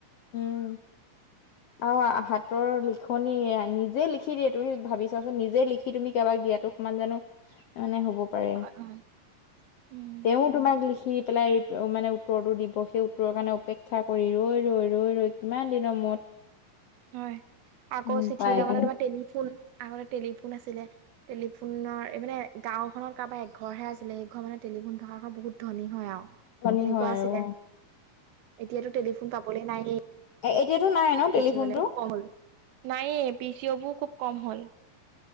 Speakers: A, on the left; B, on the right.
A: উম'
B: <inaudible>
A: আৰু আ, হাতৰ লিখনি এইয়া নিজে লিখি দিয়ে। তুমি ভাবি চোৱাচোন নিজে লিখি তুমি কাৰোবাক দিয়াটো সমান জানো
B: <inaudible>
A: মানে হ'ব পাৰে।
B: হয় উম
A: তেওঁ তোমাক লিখি পেলাই মানে উত্তৰটো দিব। সেই উত্তৰৰ কাৰণে অপেক্ষা কৰি ৰৈ ৰৈ ৰৈ ৰৈ, কিমান দিনৰ মূৰত
B: হয়', আকৌ
A: উম
B: চিঠিৰ
A: পায়গে।
B: লগতে তোমাৰ টেলিফোন আগতে টেলিফোন আছিলে টেলিফোনৰ এইপিনে গাঁওখনত কাৰোবাৰ এক ঘৰহে আছিলে। সেই ঘৰ মানুহে টেলিফোন থকা ঘৰ বহুত ধনী হয় আও তেনেকুৱা
A: টেলিফনি হয় আৰু
B: আছিলে। এতিয়াটো টেলিফোন পাবলে নাইয়ে।
A: এ, এতিয়াটো নাই। ন
B: দেখিবলেও
A: টেলিফোনটো
B: কম হ'ল। নাইয়ে পি চি অ বোৰ খুব কম হ'ল।